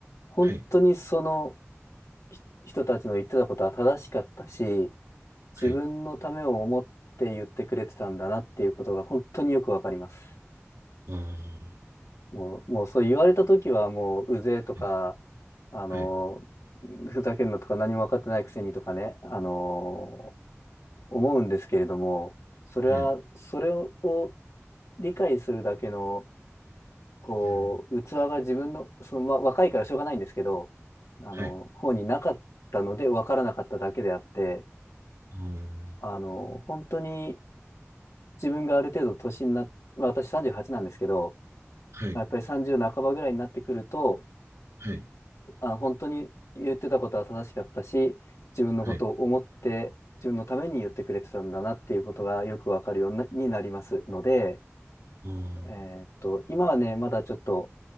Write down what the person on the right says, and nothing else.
はい、
はい、あー
はい、
はい、
はい、
うん
はい、
あー
はい、
はい、
はい、はい、
あー